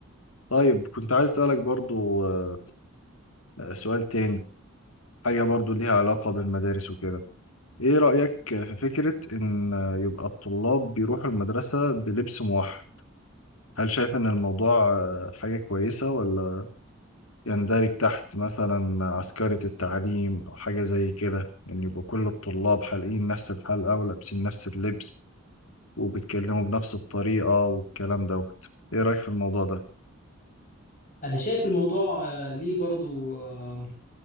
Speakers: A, on the left; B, on the left.
A: طيب كنت عايز أسألك برضو آه، سؤال تاني حاجة برضو ليها علاقة بالمدارس وكده ايه رأيك في فكرة ان يبقى الطلاب بيروحوا المدرسة بلبس موحد هل شايف ان الموضوع آه، حاجة كويسة ولا يندرج تحت مثلا عسكرة التعليم او حاجة زي كده يعني يبقى كل الطلاب حالقين نفس الحلقة ولابسين نفس اللبس وبيتكلموا بنفس الطريقة والكلام دوت ايه رأيك في الموضوع ده
B: انا شايف الموضوع آه، ليه برضو آه،